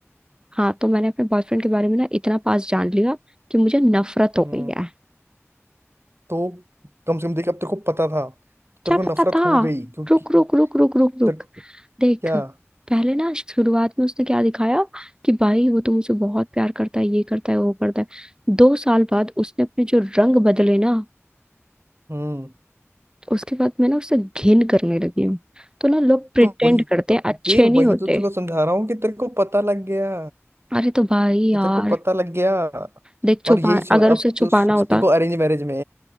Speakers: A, on the right; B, on the right.
A: हाँ तो मैंने अपने बॉयफ्रेंड के बारे में ना इतना पास जान लिया कि मुझे नफरत हो
B: हम्म
A: गई है
B: तो कम से कम देख अब तेरे को पता था
A: क्या
B: तेरे को
A: पता
B: नफरत
A: था
B: हो गई क्योंकि
A: रुक रुक रुक रुक रुक रुक
B: तेरे को
A: देख
B: क्या
A: पहले ना शुरुआत में उसने क्या दिखाया कि भाई वो तो मुझे बहुत प्यार करता है ये करता है वो करता है दो साल बाद उसने अपने जो रंग बदले ना
B: हम्म
A: तो उसके बाद मैं ना उससे घिन करने लगी हूँ तो ना लोग प्रिटेंड
B: तो वही
A: करते हैं
B: देख
A: अच्छे नहीं
B: वही
A: होते
B: तो तेरे को समझा रहा हूँ कि तेरे को पता लग गया
A: अरे तो भाई यार
B: कि तेरे को पता लग गया
A: देख छुपा
B: और यही सो
A: अगर उसे
B: अब
A: छुपाना
B: तो सोच
A: होता
B: तेरे को अरेंज मैरिज में